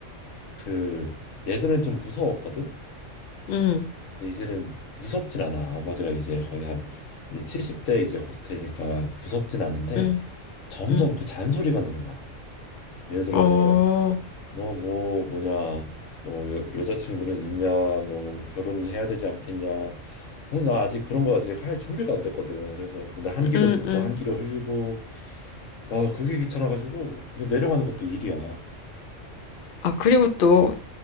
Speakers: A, on the left (about 80°); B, on the left (about 55°).
A: 그 예전엔 좀 무서웠거든.
B: 응,
A: 근데 이제는 무섭진 않아. 아버지가 이제 거의 한 이제 70대 이제 곧 되니까 무섭진 않은데
B: 응,
A: 점점
B: 응,
A: 그 잔소리가 늘어나. 예를 들어서
B: 어,
A: 너 뭐 뭐냐 뭐 여, 여자친구는 있냐 뭐 결혼은 해야 되지 않겠냐. 근데 나 아직 그런 거 아직 할 준비가 안 됐거든. 그래서 맨날 한 귀로
B: 응,
A: 듣고
B: 응.
A: 한 귀로 흘리고 아 그게 귀찮아가지고 이거 내려가는 것도 일이야.
B: 아, 그리고 또,